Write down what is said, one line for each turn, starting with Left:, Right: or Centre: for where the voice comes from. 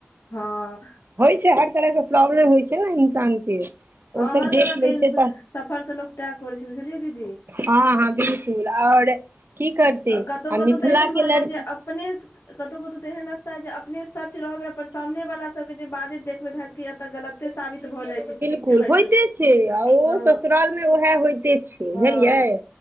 Left: हं।
Right: होइ छैय हर तरह के प्रॉब्लम होइ छैय न इंसान के। ओ
Left: हं
Right: सब
Left: हर
Right: देख
Left: तरहके
Right: लै
Left: इं
Right: छै तऽ
Left: सफर से लोक त्याग कर छैय बुझलियै दीदी
Right: हं हं बिलकुल और की करतै
Left: कतहु
Right: आ
Left: कतहु
Right: मिथिला
Left: तऽ एहन भऽ
Right: के
Left: जायत
Right: लड़की।
Left: जे अपने स। कतहु कतहु तऽ एहन रास्ता अइ जे अपने सच रहबैय पर सामने वाला सब के जे बाजैत देखबैय हैत कि एतय गलत। साबित भऽ जाइ छैय ठीक।
Right: कुल
Left: छै भाय
Right: होइते
Left: चुप
Right: छैय आ ओ
Left: हँ
Right: ससुराल मे उएह होइते छैय
Left: हँ
Right: बुझलियै।